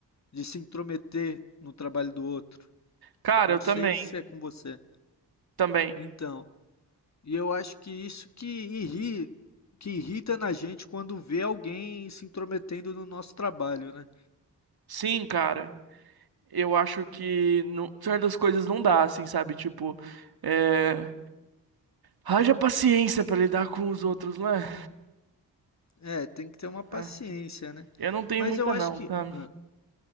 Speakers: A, on the left (about 40°); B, on the right (about 55°).
A: De se intrometer no trabalho do outro.
B: Cara,
A: Não
B: eu
A: sei
B: também,
A: se é com você.
B: também.
A: Então, e eu acho que isso que irri, que irrita na gente quando vê alguém se intrometendo no nosso trabalho, né?
B: Sim, cara. Eu acho que não- certas coisas não dá, assim, sabe? Tipo, é. Haja paciência pra lidar com os outros, não é?
A: É, tem que ter uma paciência,
B: É.
A: né?
B: Eu não tenho
A: Mas
B: muita,
A: eu acho
B: não,
A: que,
B: tá?
A: ah,